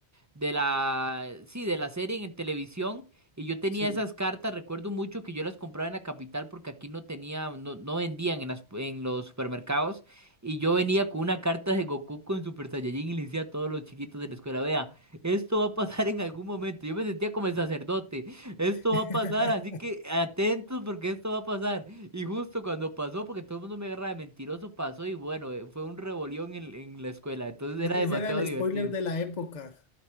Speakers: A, on the right; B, on the left.
A: de la, sí, de la serie en televisión. Y yo tenía
B: Sí.
A: esas cartas, recuerdo mucho que yo las compraba en la capital porque aquí no tenía, no, no vendían en las, en los supermercados. Y yo venía con una carta de Goku con Super Saiyajin y le decía a todos los chiquitos de la escuela, vea, esto va a pasar en algún momento. Yo me sentía como el sacerdote. Esto
B: <laughs>
A: va a pasar, así que atentos porque esto va a pasar. Y justo cuando pasó, porque todo el mundo me agarra de mentiroso, pasó y bueno, eh, fue un rebolión en, en la escuela. Entonces era
B: E-
A: demasiado
B: Ese era el
A: divertido.
B: spoiler de la época.